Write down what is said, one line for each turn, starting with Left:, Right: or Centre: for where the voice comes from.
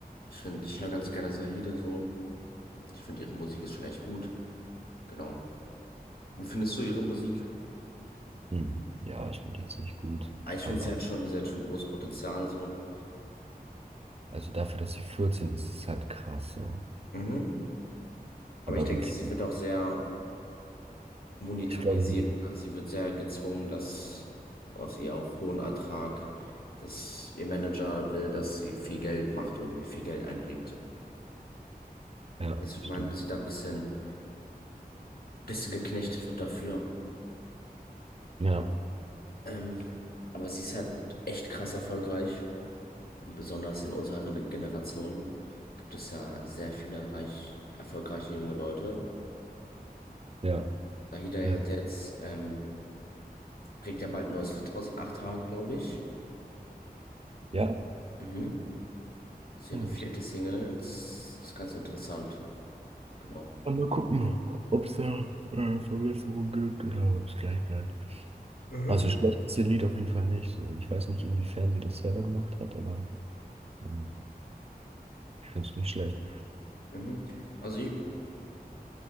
Left: ich finde, ich höre ganz gerne Sahide so. Ich finde, ihre Musik ist schon echt gut. Genau. Wie findest du ihre Musik?
Right: Hm. Ja, ich finde die jetzt nicht gut.
Left: Ah, ich
Right: Aber
Left: finde, sie hat schon, sie hat schon großes Potenzial so.
Right: also dafür, dass sie 14, ist, ist es halt krass so.
Left: Mhm. Aber
Right: Aber
Left: ich denke,
Right: wirklich,
Left: sie
Right: gut.
Left: wird auch sehr monetarisiert.
Right: ich glaube, die-
Left: Sie wird sehr gezwungen, dass aus ihr auch hohen Ertrag, dass ihr Manager will, dass sie viel Geld macht, irgendwie viel Geld einbringt.
Right: ja,
Left: Also
Right: das
Left: ich meine,
Right: stimmt.
Left: dass sie da ein bisschen, bisschen geknechtet wird dafür.
Right: Ja,
Left: Ähm, aber sie ist halt echt krass erfolgreich. Und besonders in unserer Rene- Generation gibt es ja sehr viele reich, erfolgreiche junge Leute.
Right: ja.
Left: Und Sahida
Right: ja.
Left: hat ja jetzt, ähm, bringt ja bald ein neues Lied raus in acht Tagen, glaube ich.
Right: Ja?
Left: Mhm. Das ist ihre
Right: Ah,
Left: vierte
Right: was-
Left: Single. Das ist ganz interessant. Genau.
Right: Aber mal gucken, ob es da äh, Verbesserungen gibt oder ob es gleich bleibt.
Left: Mhm.
Right: Also schlecht ist ihr Lied auf jeden Fall nicht so. Ich weiß nicht, inwiefern sie das selber gemacht hat, aber ähm, ich finde es nicht schlecht.
Left: Mhm. Also ich,